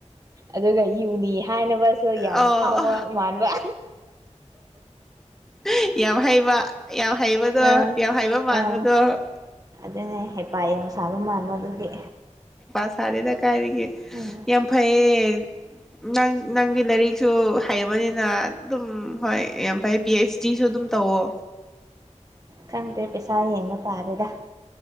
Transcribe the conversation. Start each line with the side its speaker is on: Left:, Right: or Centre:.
Right: ꯑꯗꯨꯒ ꯌꯨꯅꯤ ꯍꯥꯏꯅꯕꯁꯨ ꯌꯥꯝ
Centre: ꯑꯣ
Right: ꯐꯥꯎꯕ ꯃꯥꯟꯕꯥ
Centre: <unintelligible> ꯌꯥꯝ ꯍꯩꯕ ꯌꯥꯝ ꯍꯩꯕꯗꯣ
Right: ꯑꯥ
Centre: ꯌꯥꯝ ꯍꯩꯕ ꯃꯥꯟꯕꯗꯣ
Right: ꯑꯥ ꯑꯗꯨꯅꯦ ꯍꯦꯄꯥ ꯌꯥꯝ ꯁꯥꯕ ꯃꯥꯟꯕ ꯑꯗꯨꯒꯤ
Centre: ꯁꯔꯦꯗ ꯀꯥꯏꯔꯤꯒꯦ
Right: ꯎꯝ
Centre: ꯌꯥꯝ ꯐꯩꯌꯦ ꯅꯪ ꯅꯪꯒꯤ ꯂꯥꯏꯔꯤꯛꯁꯨ ꯍꯩꯕꯅꯤ ꯑꯗꯨꯝ ꯍꯣꯏ ꯌꯥꯝꯥꯏ ꯄꯤ ꯑꯩꯆ ꯗꯤꯁꯨ ꯑꯗꯨꯝ ꯇꯧꯋꯣ
Right: ꯈꯪꯗꯦ ꯄꯩꯁꯥ ꯌꯦꯡꯕ ꯇꯥꯔꯦꯗꯥ